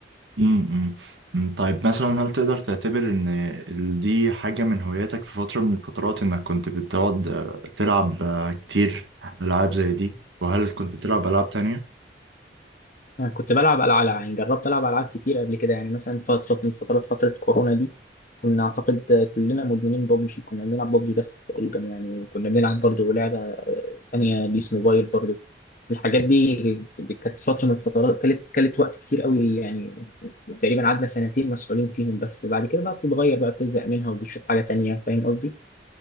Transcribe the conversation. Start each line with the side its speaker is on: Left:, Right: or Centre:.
Right: امم أمم. طيب مثلا هل تقدر تعتبر ان ال- دي حاجة من هواياتك في فترة من الفترات انك كنت بتقعد آه، تلعب آه، كتير العاب زي دي وهل كنت بتلعب العاب تانية؟
Left: أنا كنت بلعب ألعاب يعني جربت ألعب ألعاب كتير قبل كده يعني مثلا فترة من فترات فترة كورونا دي كنا أعتقد كلنا مدمنين بابجي كنا بنلعب بابجي بس تقريبا يعني وكنا بنلعب برضه لعبة آه، تانية بيس موبايل برضه الحاجات دي كانت فترة من الفترات كانت كانت وقت كتير قوي يعني تقريبا قعدنا سنتين مسؤولين فيهم بس بعد كده بقى بتتغير بقى بتزهق منها وبتشوف حاجة تانية فاهم قصدي؟